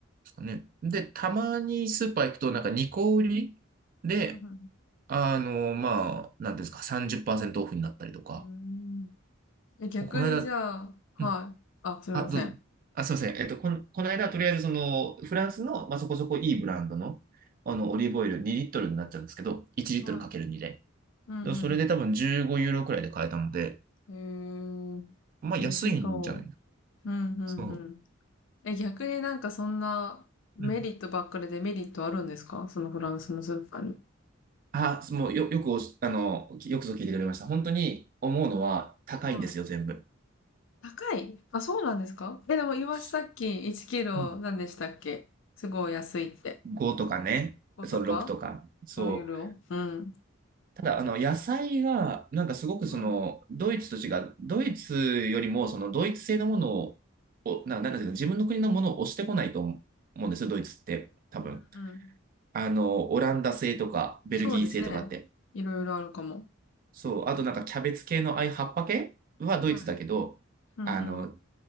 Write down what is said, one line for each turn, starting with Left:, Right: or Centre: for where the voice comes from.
Right: ね。で、たまにスーパー行くと、なんか2個売りで、
Left: うんうん。
Right: あの、まあ、なんていうんですか、30%オフになったりとか。
Left: うーん。え、逆にじゃあ、
Right: この間、
Left: はい。
Right: うん、
Left: あ、すみません。
Right: あ、どうぞ。あ、すいません。えっと、この、この間、とりあえず、その、フランスの、まあ、そこそこいいブランドの、あの、オリーブオイル2リットルになっちゃうんですけど、1リットルかける2で。
Left: はい。うん
Right: でそれで多分15ユーロくらいで買えたので、
Left: うん。へえ、
Right: まあ、
Left: 美味しそ
Right: 安いんじゃないの
Left: う。うんうんうん。
Right: そ
Left: え、逆になんかそんなメリットばっかりでメリットあるんですかそのフランスのスーパーに。
Right: う。うん。あ、もう、よ、よくおし、あの、よくぞ聞いてくれました。本当に思うのは、高いんですよ、
Left: はい。
Right: 全部。
Left: 高いあ、そうなんですかえ、でも、イワシさっき1キロ何でしたっけすごい安いって。
Right: すうん5とかね、
Left: 5とか
Right: そう、6とか。そう。
Left: ?5 ユーロうん。
Right: ただ、あの、野菜が、なんかすごくその、
Left: はい。
Right: ドイツと違う、ドイツよりも、その、ドイツ製のものを、おな、なんだけど、自分の国のものを押してこないと思うんですよ、ドイツって、多分。
Left: うん。
Right: あの、オランダ製とか、ベルギー製とかって。
Left: そうですね。いろいろあるかも。
Right: そう。あと、なんか、キャベツ系の、ああいう葉っぱ系はドイツだけど、
Left: はい。うん
Right: あの、